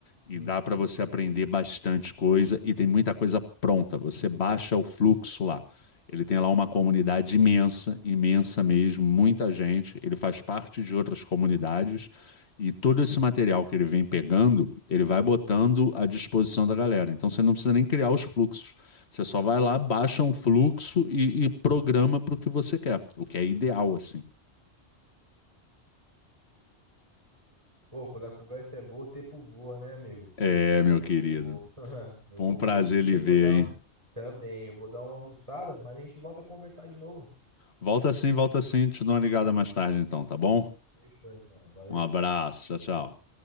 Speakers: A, on the left; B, on the right.
A: E
B: Uhum.
A: dá para você aprender bastante coisa e tem muita coisa pronta. Você baixa o fluxo lá. Ele tem lá uma comunidade imensa, imensa mesmo, muita gente. Ele faz parte de outras comunidades e todo esse material que ele vem pegando, ele vai botando à disposição da galera. Então você não precisa nem criar os fluxos. Você só vai lá, baixa um fluxo e, e programa para o que você quer, o que é ideal, assim.
B: Pô, quando a conversa é boa, o tempo voa, né, amigo?
A: É,
B: Eu vou.
A: meu querido.
B: <laughs> Eu
A: Foi
B: vou
A: um prazer
B: ver aqui,
A: lhe
B: eu
A: ver,
B: vou dar.
A: hein?
B: um- Também, eu vou dar uma almoçada, mas a gente volta a conversar de novo.
A: Volta sim, volta sim. Te dou uma ligada mais tarde, então, tá bom?
B: Fechou, então. Valeu.
A: Um abraço. Tchau, tchau.